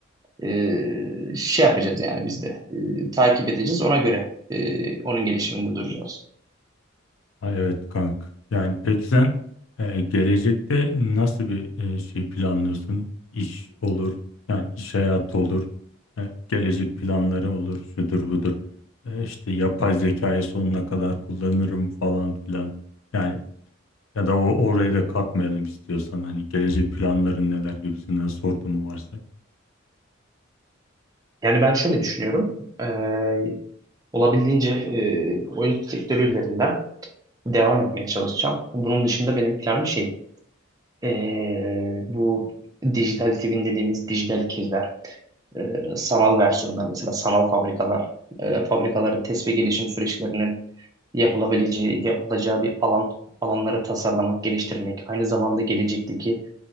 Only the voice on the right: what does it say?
e, şey yapacağız yani biz de e, takip edeceğiz. Ona göre e, onun gelişiminde duracağız.
Yani ben şöyle düşünüyorum. E, olabildiğince e, oyun sektörü üzerinden devam etmeye çalışacağım. Bunun dışında benim planım şey Ee, bu dijital twin dediğimiz dijital ikizler, ee, sanal versiyonlar mesela sanal fabrikalar, ee, fabrikaların test ve gelişim süreçlerinin yapılabileceği, yapılacağı bir alan, alanları tasarlamak, geliştirmek, aynı zamanda gelecekteki